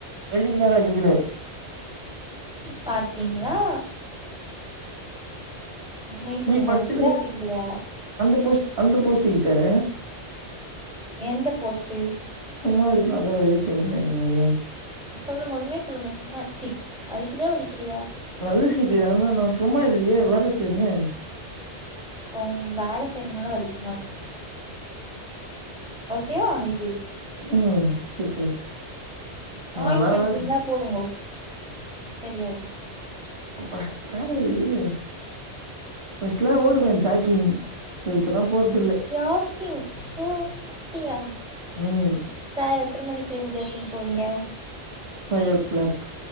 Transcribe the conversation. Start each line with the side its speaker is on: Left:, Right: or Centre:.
Right: வலிக்கல வலிக்கல
Centre: பாத்தீங்ளா உண்மைய சொல்லுங்க
Right: நீங் பட்டுனு
Centre: வலிக்குதா வலிக்கலையா
Right: அந்த போஸ்ட் அந்த போஸ்டிங் தர
Centre: எந்த போஸ்ட்டு
Right: சும்மா இருக்னால்தா வெலிக்குன்றீங்கள்ள
Centre: சொல்லுங்க உண்மைய சொல்லுங்க சும்மா சி வலிக்குதா வலிக்கலையா
Right: வலிக்குது ஆனா நா சும்மா இல்லையே வேல செய்றேனே
Centre: ம் வேல செய்யறனால வலிக்குமா இருக்கு ஓகேயா இது
Right: ம் சூப்பர் நாலா
Centre: ஆயின்மென்ட்
Right: வேல
Centre: இருந்தா போடுங்கோ சரியாயிடு
Right: அப்ப‌ ஆ இ ஃபர்ஸ்ட்லா ஓடுவே ஜாக்கிங் சோ இப்போதா போறது இல்ல
Centre: ஜாக்கிங் ஓ அப்டியா
Right: ம்
Centre: சார் எத்தன மணிக் கிங் ஜாக்கிங் போவீங்க
Right: five o'clock